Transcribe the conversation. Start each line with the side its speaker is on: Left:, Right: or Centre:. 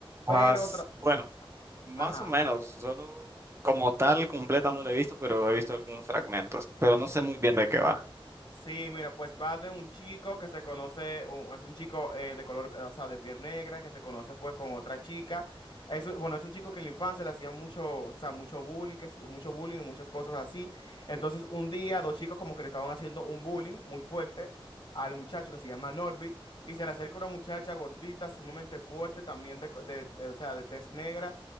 Right: Ah,
Left: pero...
Right: s-
Left: tra-
Right: bueno, más
Left: Ajá.
Right: o menos, solo como tal completa no la he visto, pero he visto algunos fragmentos, pero no sé muy bien de qué va.
Left: Sí, mira, pues va de un chico que se conoce, un- es un chico eh, de color, eh, o sea, de piel negra, que se conoce pues con otra chica. Es, un- bueno, es un chico que en la infancia le hacían mucho, o sea, mucho bullying, que, sí- mucho bullying y muchas cosas así. Entonces un día dos chicos como que le estaban haciendo un bullying muy fuerte al muchacho que se llama Norbit y se le acerca una muchacha gordita, sumamente fuerte, también de, co- de- de- o sea, de tez negra